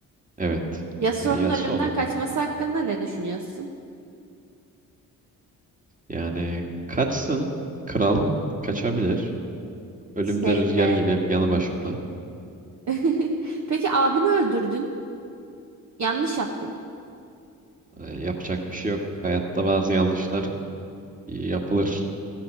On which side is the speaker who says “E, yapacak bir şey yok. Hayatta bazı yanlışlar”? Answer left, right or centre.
Right